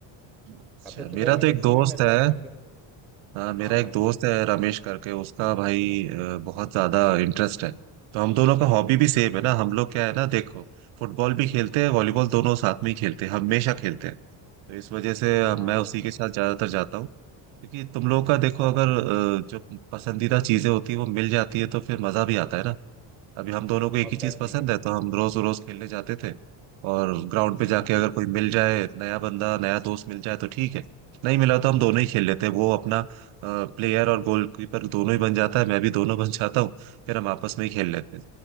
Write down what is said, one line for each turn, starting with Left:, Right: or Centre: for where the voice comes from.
Right: अच्छा
Centre: कब तो छुट्टियां
Right: मेरा
Centre: मिले
Right: तो एक
Centre: इस
Right: दोस्त
Centre: time में मेरे
Right: है
Centre: बचपन के
Right: हाँ मेरा
Centre: हाँ
Right: एक
Centre: भाई
Right: दोस्त है रमेश करके उसका भाई अ, बहुत ज्यादा इंटरेस्ट है तो हम दोनों का हॉबी भी सेम है ना हम लोग क्या है ना देखो फुटबॉल भी खेलते हैं वॉलीबॉल दोनों साथ में ही खेलते हैं हमेशा खेलते हैं तो इस वजह से अ,
Centre: हाँ
Right: मैं
Centre: भाई
Right: उसी के साथ ज्यादातर जाता हूँ क्योंकि तुम लोगों का देखो
Centre: ब-
Right: अगर अ, जो पसंदीदा चीजें होती है वो मिल जाती है तो फिर मजा भी आता है ना अभी हम दोनों को एक
Centre: और
Right: ही चीज
Centre: टच
Right: पसंद
Centre: नहीं कर पाया।
Right: है तो हम रोज रोज खेलने जाते थे और ग्राउंड
Centre: हम्म
Right: पे जाके अगर कोई मिल जाए नया बंदा नया दोस्त मिल जाए तो ठीक है नहीं मिला तो हम दोनों ही खेल लेते हैं वो अपना प्लेयर और गोलकीपर दोनों ही बन जाता है मैं भी दोनों बन जाता हूँ फिर हम आपस में ही खेल लेते हैं